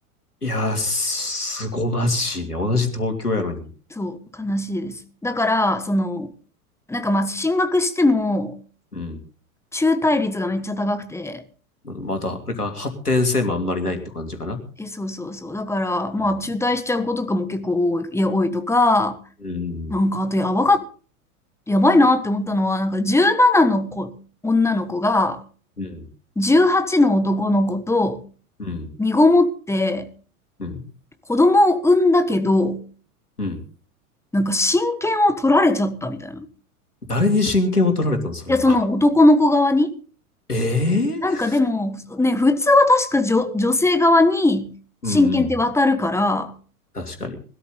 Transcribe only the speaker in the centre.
そう、悲しいです。だから、その、なんかまあ、進学しても、
中退率がめっちゃ高くて、
え、そうそうそう。だから、まあ、
中退しちゃう子とかも結構多い、いや、多いとか、
なんか、あと、やばか、やばいなって思ったのは、なんか、17の子、女の子が、
18の男の子と、
身ごもって、
子供を産んだけど、
なんか、親権を取られちゃったみたいな。
いや、その男の子側に。
なんか、でも、ね、普通は確か女、女性側に、親権って渡るから、